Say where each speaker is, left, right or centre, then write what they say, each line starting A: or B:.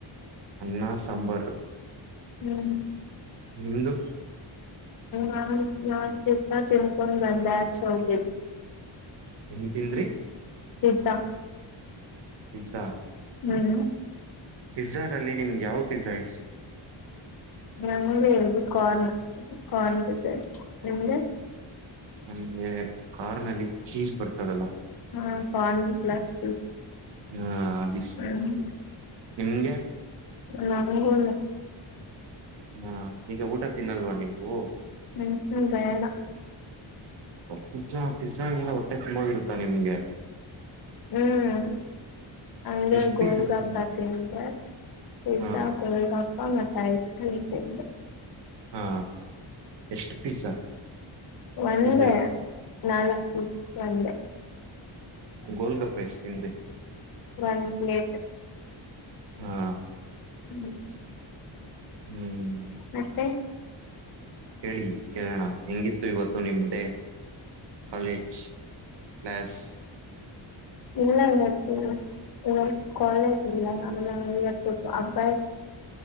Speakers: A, on the right; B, on the left.
A: ಅನ್ನಾ ಸಾಂಬಾರು
B: ಹ್ಮ್
A: ನಿಮ್ಮದು
B: ನಾ ನಾ ದಸ ತಿನ್ಕೊಂಡು ಬಂದ ಹಚ ಹೋಗ
A: ಏನ್ ತಿಂದ್ರಿ
B: ಪಿಜ್ಜಾ
A: ಪಿಜ್ಜಾ
B: ಹ್ಮ್
A: ಪಿಜ್ಜಾ ದಲ್ಲಿ ನಿಮಗೆ ಯಾವ ಪಿಜ್ಜಾ ಇ
B: ನಂಗೆ ಇದು ಕಾರ್ನ್ ಕಾರ್ನ್ ಪಿಜ್ಜಾ ನಿಮಗೆ
A: ನನ್ಗೆ ಕಾರ್ ನಲ್ಲಿ ಚೀಸ್ಜ ಬರ್ತದಲ್ಲ
B: ಹಾಂ ಕಾನ್ರ ಪ್ಲಸ್
A: ಹಾ ಅದ
B: ಹ್ಮ್
A: ನಿಮ್ಗೆ
B: ನನಗೂ
A: ಹಾ ಈಗ ಊಟ ತಿನ್ನಲ್ವಾ ನೀವು
B: ಹ್ಮ್ ಹ್ಮ ಬೇಡ
A: ಪಿಜ್ಜಾ ಪಿಜ್ಜ ಇಂದ ಹೊಟ್ಟೆ ತುಂಬಾಗಿರುತ್ತಾ ನಿಮ್ಗೆ
B: ಹ್ಮ್ ಹಂಗೆ
A: ಎಷ್ಟು
B: ಗೋಳಗಪಾ
A: ಪಿಜ್ಜಾ ತಿಂದ್ರಿ
B: ತಿಂದೇ ಪಿಜ್ಜಾ
A: ಹಾ
B: ಗೋಳಗಪ್ಪ ಮತ್ತೆ ಐಸ್ ಕ್ರೀಮ ತಿಂದೇ
A: ಹಾ ಎಷ್ಟು ಪಿಜ್ಜಾ
B: ಒಂದೇ
A: ತಿಂದ್ರಿ
B: ನಾಲ್ಕು ಪೀಸ್ ಒಂದೇ
A: ಗೋಳ ಗಪ್ಪ ಎಷ್ಟತೀಂದೆ
B: ಒನ್ ಪ್ಲೇಟ್
A: ಹಾ
B: ಹ್ಞೂ
A: ಹ್ಮ್
B: ಮತ್ತೆ
A: ಹೇಳಿ ಕೇಳೋಣ ಹೆಂಗಿತ್ತು ಇವತ್ತು ನಿಮ ಡೆೇ ಕಾಲೇಜ್ ಪ್ಲಾಸ್
B: ಇಲ್ಲ ಇತ್ತು ಇಂದು ಕಾಲೇಜ್ ಇಲ್ಲ ನ ಇವತ್ತು ಅಬ್ಬ